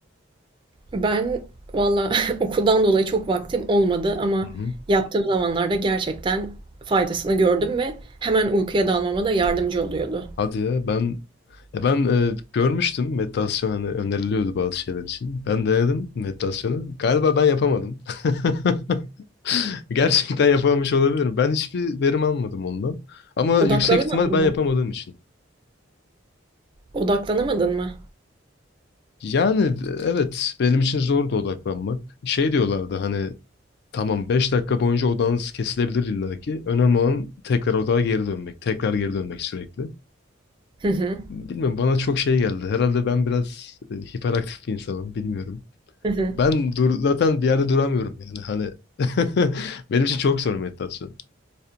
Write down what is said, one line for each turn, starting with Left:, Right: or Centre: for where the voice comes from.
Right: Ben valla <laughs> okuldan dolayı çok vaktim olmadı ama
Left: Hı hı.
Right: yaptığım zamanlarda gerçekten faydasını gördüm ve hemen uykuya dalmama da yardımcı oluyordu.
Left: Hadi ya ben ya ben e, görmüştüm meditasyon hani öneriliyordu bazı şeyler için. Ben denedim meditasyonu. Galiba ben yapamadım. <laughs> Gerçekten yapamamış olabilirim. Ben hiçbir verim almadım ondan. Ama
Right: Odaklanamadım
Left: yüksek ihtimal ben
Right: mı?
Left: yapamadığım için.
Right: Odaklanamadın mı?
Left: Yani e, evet benim için zordu odaklanmak. Şey diyorlardı hani tamam 5 dakika boyunca odağınız kesilebilir illaki. Önemli olan tekrar odağa geri dönmek. Tekrar geri dönmek sürekli.
Right: Hı hı.
Left: Bilmiyorum bana çok şey geldi. Herhalde ben biraz e, hiperaktif bir insanım. Bilmiyorum.
Right: Hı hı.
Left: Ben dur zaten bir yerde duramıyorum yani. Hani <laughs> benim için çok zor meditasyon.